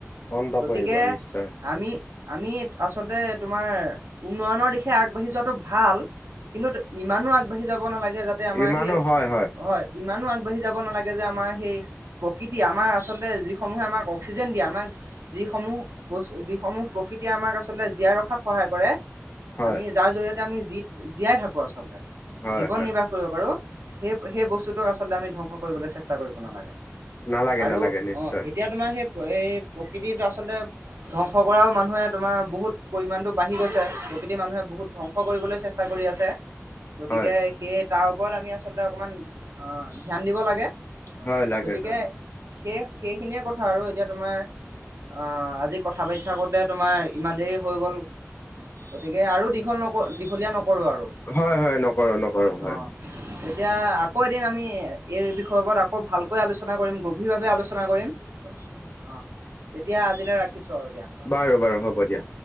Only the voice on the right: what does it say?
গতিকে
আমি আমি আচলতে তোমাৰ উন্নয়নৰ দিশে আগবাঢ়ি যোৱাটো ভাল কিন্তু। ইমানো আগবাঢ়ি যাব নালাগে যাতে আমাৰ
সেই
হয় ইমানো আগবাঢ়ি যাব নালাগে যে আমাৰ সেই প্ৰকৃতি আমাৰ আচলতে যিসমূহে আমাক অক্সিজেন দিয়ে আমাক যিসমূহ বস্তু যিসমূহ প্ৰকৃতিয়ে আমাক আচলতে জীয়াই ৰখাত সহায় কৰে।
আমি যাৰ জৰিয়তে আমিি জীয়াই থাকো আচলতে
জীৱন
নিৰ্বাহ কৰিব পাৰো। সেই - সেই বস্তুতোক আচলতে আমি ধ্বংস কৰিবলৈ চেষ্টা কৰিব নালাগে।
আৰু
অ, এতিয়া তোমাৰ সেই এই প্ৰকৃতিত আচলতে ধ্বংস কৰাও মানুহে তোমাৰ বহুত পৰিমাণটো। বাঢ়ি গৈছে যোগেদি মানুহে বহুত ধ্বংস কৰিবলৈ চেষ্টা কৰি আছে। গতিকে,
সেই তাৰ ওপৰত আমি আচলতে অকমান আহ ধ্যান দিব লাগে।
গতিকে,
সেই সেইখিনিয়ে কথা আৰু এতিয়া তোমাৰ আহ, আজি কথা পাতো থাকোতে তোমাৰ ইমান দেৰি হৈ গ'ল। গতিকে, আৰু দীঘল ন দীঘলীয়া নকৰো আৰু
অ, এতিয়া আকৌ এদিন আমি এই বিষয় ওপৰত আকৌ ভাল ভালকৈ আলোচনা কৰিম গভীৰভাৱে আলোচনা কৰিম। অ, তেতিয়া আজিলৈ ৰাখিছোঁ আৰু দিয়া।